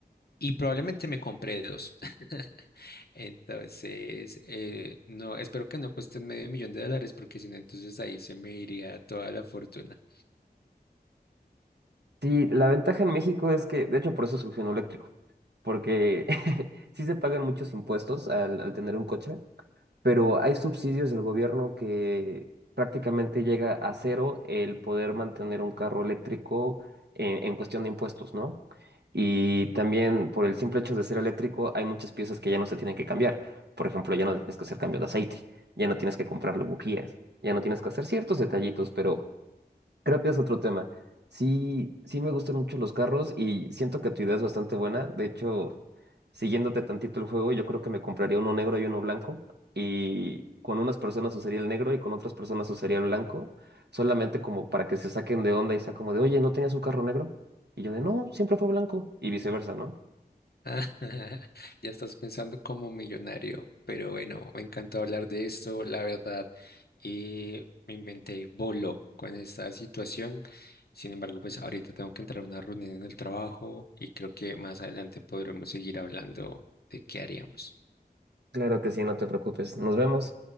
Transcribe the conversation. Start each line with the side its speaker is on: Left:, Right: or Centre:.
Left: y probablemente me compré dos. <laughs> Entonces, eh, no, espero que no cuesten medio millón de dólares, porque si no, entonces ahí se me iría toda la fortuna.
Right: Sí, la ventaja en México es que, de hecho, por eso surgió en eléctrico, porque <laughs> sí se pagan muchos impuestos al, al tener un coche, pero hay subsidios del gobierno que prácticamente llega a cero el poder mantener un carro eléctrico en, en cuestión de impuestos, ¿no? Y también por el simple hecho de ser eléctrico hay muchas piezas que ya no se tienen que cambiar. Por ejemplo, ya no tienes que hacer cambios de aceite, ya no tienes que comprarle bujías, ya no tienes que hacer ciertos detallitos, pero Creo que es otro tema. Sí, sí me gustan mucho los carros y siento que tu idea es bastante buena. De hecho, siguiéndote tantito el juego, yo creo que me compraría uno negro y uno blanco. Y con unas personas usaría el negro y con otras personas usaría el blanco. Solamente como para que se saquen de onda y sea como de, oye, ¿no tenías un carro negro? Y yo de, no, siempre fue blanco. Y viceversa, ¿no?
Left: Ah, <laughs> ya estás pensando como millonario, pero bueno, me encantó hablar de esto, la verdad, y mi mente voló con esta situación. Sin embargo, pues ahorita tengo que entrar a una reunión en el trabajo y creo que más adelante podremos seguir hablando de qué haríamos.
Right: Claro que sí, no te preocupes. Nos vemos.